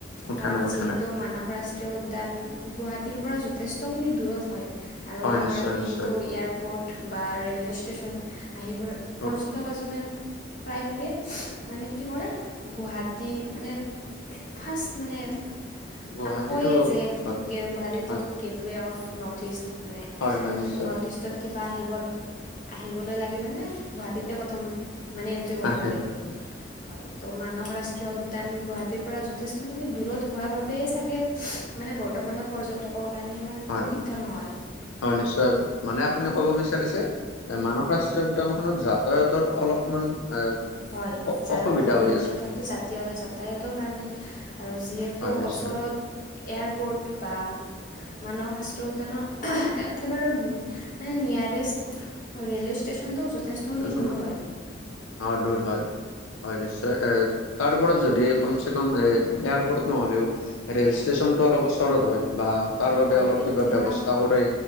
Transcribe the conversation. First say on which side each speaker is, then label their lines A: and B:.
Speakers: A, on the left (about 85°); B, on the left (about 40°).
A: উঠা
B: কাৰণ
A: নাই উঠা
B: যিহেতু
A: নাই,
B: মানস ৰাষ্ট্ৰীয় ৰাষ্ট্ৰীয় উদ্যান গুৱাহাটীৰ পৰা যথেষ্টখিনি দূৰত হয় আৰু
A: হয়
B: আমাৰ
A: নিশ্চয়
B: মেইনটো
A: নিশ্চয়।
B: ইয়াৰ এয়াৰপ'ৰ্ট বা ৰে'লৱে ষ্টেচন আহিব
A: তো
B: কোৱা জনে প্ৰায়ভাগে মানে কি কৰে গুৱাহাটী মানে ফাৰ্ষ্ট মানে
A: গুৱাহাটীতো
B: আৰু কয়ে যে
A: হয়
B: গুৱাহাটীতো
A: হয়
B: gate gateway of north east মানে
A: হয় হয় নিশ্চয়
B: নৰ্থ ইষ্ট কিবা আহিব আহিবলৈ লাগি মানে গুৱাহাটীতে প্ৰথম মানে এন্ট্ৰি কৰিব
A: আহে
B: লাগিব হয় ত মানস ৰাষ্ট্ৰীয় উদ্যান গুৱাহাটী পৰা যথেষ্টখিনি দূৰত হোৱা বাবে চাগে মানে বৰ্তমানৰ পৰ্যটকৰ প্ৰাণী ইমান
A: হয়।
B: প্ৰসিদ্ধ নহয়
A: হয় নিশ্চয় মানে আপুনি
B: হয়
A: ক'ব বিচাৰিছে এ মানৱ শাস্ত্ৰীয় উদ্যান খত যাতায়াতৰ অলপমান এ
B: হয়
A: অ অসুবিধা
B: যাৰ
A: হৈ
B: মেইন
A: আছে
B: কথাটো জাতীয় যাতায়তৰ কাৰণে আৰু যিহেতু
A: হয় নিশ্চয়
B: ওচৰত এয়াৰপৰ্ট বা মানৱ ৰাষ্ট্ৰীয় উদ্যানৰ একেবাৰে মানে নিয়াৰেষ্ট ৰেলৱে ষ্টেশচনটোও যথেষ্টখিনি
A: দেচোনো
B: দূৰ হয়
A: অ দূৰ হয় হয় নিশ্চয় এ তাৰ ওপৰত যদি কমচে কম এ এয়াৰপৰ্ট নহ'লেও ৰেল ষ্টেশচন টো অলপ ওচৰত হয় বা তাৰ বাবে
B: হয়
A: অলপ
B: তেতিয়া
A: কিবা ব্যৱস্থা কৰে